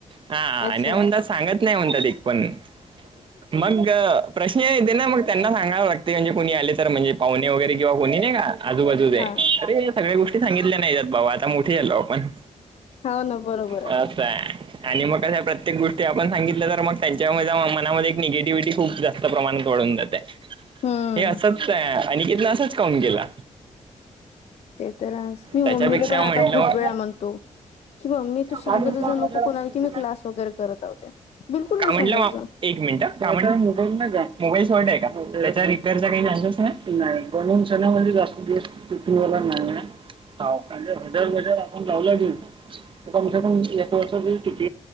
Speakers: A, on the right; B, on the left.
A: हा आण्या
B: अच्छा
A: म्हणता सांगत नाही म्हणत ते पण मग प्रश्न य येत ना मग त्यांना सांगा प्रगत म्हणजे कोणी आले तर म्हणजे पाहुणे वगैरे किंवा कोणी आहे का आजूबाजू आहे
B: हा
A: अरे सगळ्या गोष्टी सांगितल्या नाहीतात बाबा आता मोठीे झालो आपण
B: हो ना बरोबर
A: अस आहे आणि मग अशा प्रत्येक गोष्टी आपण सांगितल्या तर मग त्यांच्या म मनामध्ये एक निगेटिव्हिटी खूप जास्त प्रमाणात वाळून जाते हे
B: हम्म
A: असच अिकेतला असच काउन केला
B: ते तर मी मम्मीला
A: त्याच्यापेक्षा
B: पण
A: म्हटलं
B: आता खूप वेळा म्हणतो कि म मी तू सांगायचं
A: मग
B: जर नको कोणाला की मी क्लास वगैरे करत होते बिलकुल
A: का
B: नाही
A: म्हटलं
B: सांगायच
A: मा- एक मिनिटं मोबाईल स्ॉट त्याचा रिपेअर काही नाही बनवून सणा म्हणजे जास्त दिस तुूनला नाही ज हजर बजर आपण लावलं गे ए पसरण एक बसररी टुप